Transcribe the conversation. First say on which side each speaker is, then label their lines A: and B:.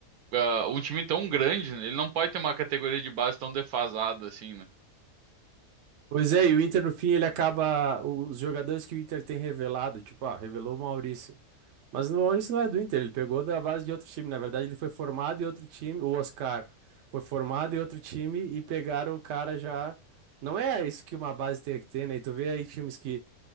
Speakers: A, on the right; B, on the right.
A: ah, um time tão grande, né? Ele não pode ter uma categoria de base tão defasada assim, né?
B: Pois é, e o Inter no fim ele acaba. Os jogadores que o Inter tem revelado, tipo, ah, revelou o Maurício. Mas o Maurício não é do Inter, ele pegou da base de outro time. Na verdade, ele foi formado em outro time. O Oscar foi formado em outro time e pegaram o cara já. Não é isso que uma base tem que ter, né? E tu vê aí times que